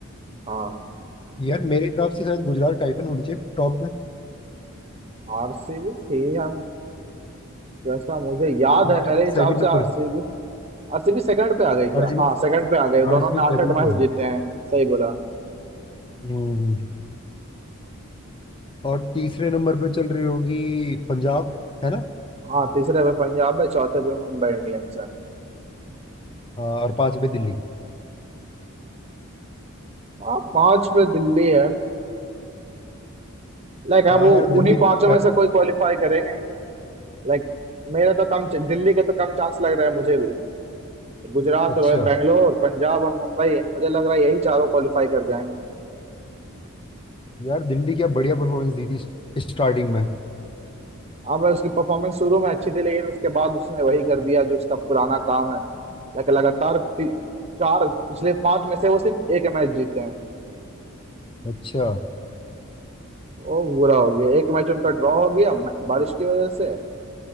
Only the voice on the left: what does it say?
यार मेरे हिसाब से शायद गुजरात टाइटन होनी चाहिए टॉप में
RCB
second
number
RCB
RCB
second
पे होगी
हम्म और तीसरे नंबर पे चल रही होगी पंजाब है ना
हाँ और पांच पे दिल्ली
हाँ
यार दिल्ली
पै-
अच्छा
यार दिल्ली क्या बढ़िया परफॉर्मेंस दी थी स्टार्टिंग में
अच्छा